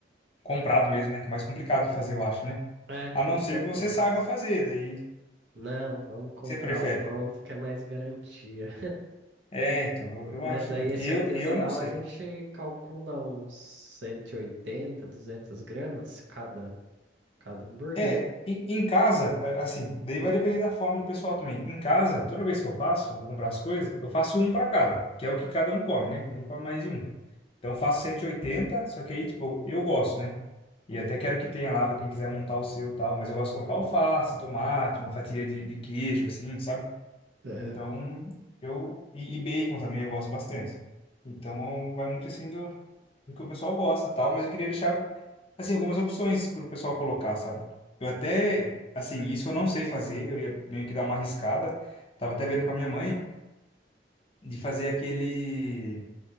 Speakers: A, on the left; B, on the right.
A: comprado mesmo, né? Que é mais complicado de fazer, eu acho, né?
B: É,
A: A
B: tem
A: não
B: que
A: ser
B: ser um
A: que
B: pronto.
A: você saiba fazer, daí o que
B: Não, vamos comprar
A: você prefere.
B: o pronto que é mais garantia.
A: É, então, eu, eu
B: Mas
A: acho
B: daí
A: também,
B: esse
A: porque eu,
B: artesanal
A: eu não sei.
B: a gente calcula uns cento e oitenta, 200 gramas cada, cada hambúrguer,
A: É,
B: né?
A: em, em casa, a- assim, daí vai depender da fome do pessoal também. Em casa, toda vez que eu faço, vou comprar as coisas, eu faço um para cada, que é o que cada um come, né? Ninguém come mais de um. Então eu faço 180, só que aí, tipo, eu gosto, né? E até quero que tenha lá para quem quiser montar o seu e tal. Mas eu gosto de colocar alface, tomate, uma fatia de, de queijo, assim, sabe?
B: Aham.
A: Então, eu. E, e bacon também eu gosto bastante. Então, vai muito assim do, do que o pessoal gosta e tal. Mas eu queria deixar, assim, algumas opções para o pessoal colocar, sabe? Eu até.
B: Sei.
A: Assim, isso eu não sei fazer. Eu ia meio que dar uma arriscada. Tava até vendo com a minha mãe de fazer aquele.